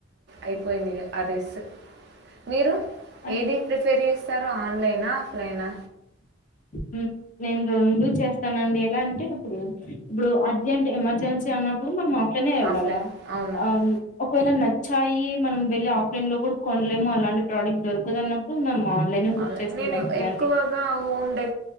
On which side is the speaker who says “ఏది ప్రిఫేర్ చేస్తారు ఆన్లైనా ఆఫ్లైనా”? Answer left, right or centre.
Right